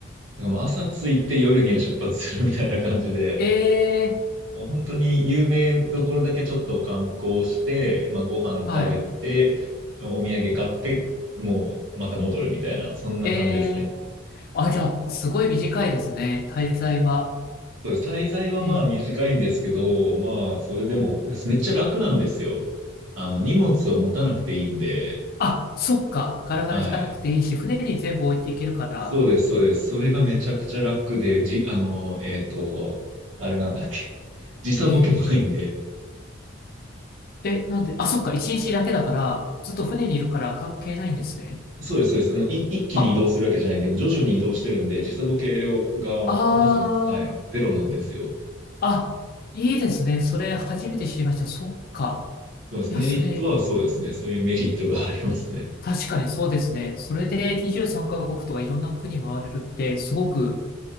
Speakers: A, on the right; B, on the left.
A: だからもう朝ついて夜には出発するみたいな感じで、
B: えー、
A: もう本当に有名どころだけちょっと観光して、まあ、ご飯食べて、
B: はい。
A: お土産買って、もうまた戻るみたいな、そんな感じですね。
B: えー、あ、じゃあ、すごい短いですね。滞在は。
A: そうです。滞在はまあ短いんですけど、
B: えー
A: まあ、それでも、めっちゃ楽なんですよ。あの、荷物を持たなくていいんで、
B: あ、そっか。ガラガラ引かなくていいし、
A: はい。
B: 船に全部置いていけるから。
A: そうです、そうです。それがめちゃくちゃ楽で、じ、あの、えっと、あれなんだっけ。時差ボケもないんで。
B: ええ、ええ、えなんで、あ、そっか。一日だけだから、ずっと船にいるから関係ないんですね。
A: そうです、そうです。あの、い、一気に移動するわけじゃないんで、
B: あ、
A: もう徐々に移動してるんで、時差ボケを、が、
B: あ
A: まず、はい、ゼロなんですよ。
B: ああ、いいですね。それ初めて知りました。そっか。
A: そうです。
B: いや、
A: メリットはそうですね。
B: それ、うん
A: そういうメリットがありますね。
B: 確かにそうですね。それで23カ国とかいろんな国回れるってすごく